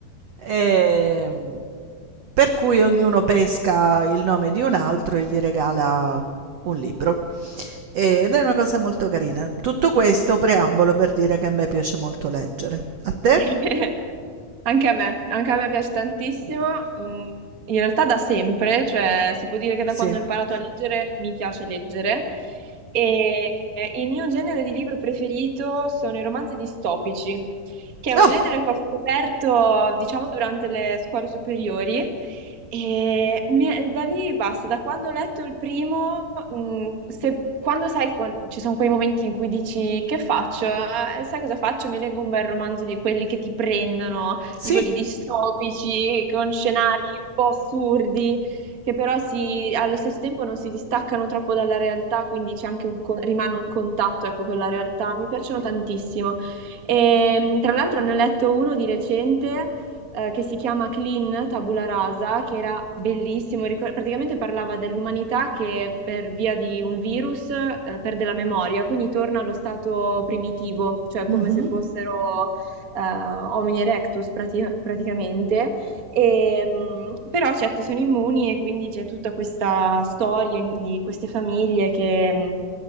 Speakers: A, on the right; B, on the right.
A: Ehm, per cui ognuno pesca il nome di un altro e gli regala un libro. Ed è una cosa molto carina. Tutto questo preambolo per dire che a me piace molto leggere. A te?
B: <laughs> Anche a me, anche a me piace tantissimo. Mm, In realtà da sempre, cioè si può dire che da
A: Sì.
B: quando ho imparato a leggere mi piace leggere. E eh, il mio genere di libro preferito sono i romanzi distopici. che è
A: Ah,
B: un genere che ho scoperto, diciamo, durante le scuole superiori. E mi- da lì basta, da quando ho letto il primo, mh, se- quando sai, quan- ci sono quei momenti in cui dici che faccio? Eh, sai cosa faccio? Mi leggo un bel romanzo di quelli che ti prendono,
A: sì.
B: di quelli distopici, con scenari un po' assurdi, che però si- allo stesso tempo non si distaccano troppo dalla realtà, quindi c'è anche un, co- rimane un contatto, ecco, con la realtà. Mi piacciono tantissimo. E, tra l'altro ne ho letto uno di recente eh, che si chiama Clean Tabula Rasa, che era bellissimo, ricor- praticamente parlava dell'umanità che per via di un virus eh, perde la memoria, quindi torna allo stato primitivo, cioè
A: Mhm.
B: come se fossero eh, homini erectus prati- praticamente. E, mh, però certi sono immuni e quindi c'è tutta questa storia in- di queste famiglie che... mh,